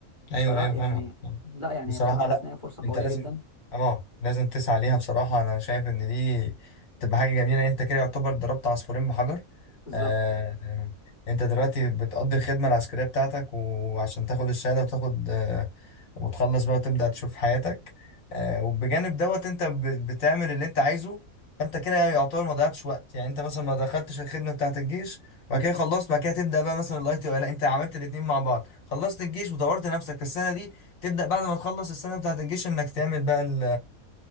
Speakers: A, on the left; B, on the left.
A: ايوه
B: فلا
A: ايوه فاهمك
B: يعني لا يعني
A: بصراحه
B: هي بصراحه حاسس
A: لا
B: ان هي فرصه
A: انت
B: قويه
A: لازم
B: جدا
A: اه لازم تسعى ليها بصراحه انا شايف ان دي تبقى حاجه جميله انت كده يعتبر ضربت عصفورين بحجر
B: بالظبط
A: آه آه، انت دلوقتي بتقضي الخدمه العسكريه بتاعتك وعشان تاخد الشهاده وتاخد آه وتخلص بقى وتبدا تشوف حياتك آه وبجانب دوت انت ب- بتعمل اللي انت عايزه فانت كده يعتبر ما ضيعتش وقت يعني انت مثلا ما دخلتش الخدمه بتاعت الجيش بعد كده خلصت بعد كده تبدا بقى مثلا الاي تي لا انت عملت الاثنين مع بعض خلصت الجيش وطورت نفسك في السنه دي تبدا بعد ما تخلص السنه بتاعت الجيش انك تعمل بقى ال-